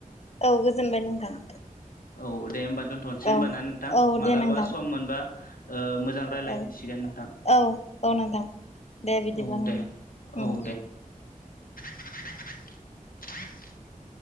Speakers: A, on the left; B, on the left.
A: औ गोजोनबाय नोंथां
B: औ दे होमबा दोनथ'नोसै होनबा
A: औ
B: ना नोंथां
A: औ
B: मालाबा
A: दे नोंथां
B: सम मोनबा मोजां रायज्लायफिनसिगोन
A: औ
B: नोंथां
A: औ औ नोंथां दे बिदिब्ला
B: औ
A: नोंथां
B: दे
A: उम
B: औ दे <inaudible>